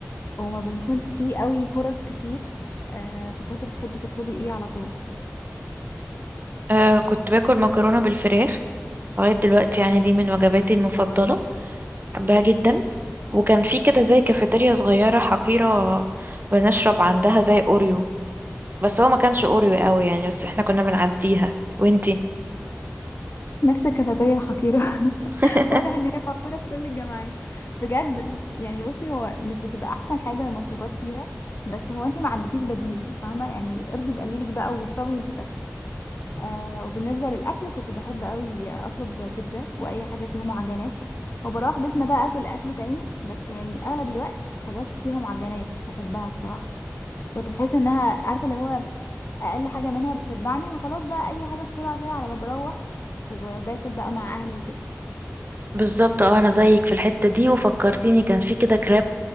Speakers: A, on the left; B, on the right.
A: وما بنكونش فيه قوي فرص كتير آه فكنت بتحبي تطلبي ايه على طول
B: أه كنت باكل مكرونة بالفراخ لغاية دلوقتي يعني دي من وجباتي المفضلة بحبها جدا وكان في كده زي كافيتيريا صغيرة حقيرة بنشرب عندها زي أوريو بس هو ما كانش أوريو قوي يعني بس احنا كنا بنعديها وانتي
A: نفس الكافيتيريا الحقيرة <laughs>
B: <laughs>
A: واضح ان هي موجودة في كل الجامعات بجد يعني بصي هو مش بتبقى احسن حاجة المشروبات فيها بس هو انتي ما عندكيش بديل فاهمة يعني ارضي بقليلك بقى واشربي وانتي ساكتة آه وبالنسبة للأكل كنت بحب قوي أطلب بيتزا وأي حاجة فيها معجنات وبروح بيتنا بقى أكل أكل تاني بس يعني أغلب الوقت حاجات فيها معجنات بحبها بصراحة كنت بحس إنها عارفة اللي هو أقل حاجة منها بتشبعني وخلاص بقى أي حاجة بسرعة كده على ما بروح وباكل بقى مع أهلي وكده
B: بالظبط اه انا زيك في الحتة دي وفكرتيني كان في كده كريب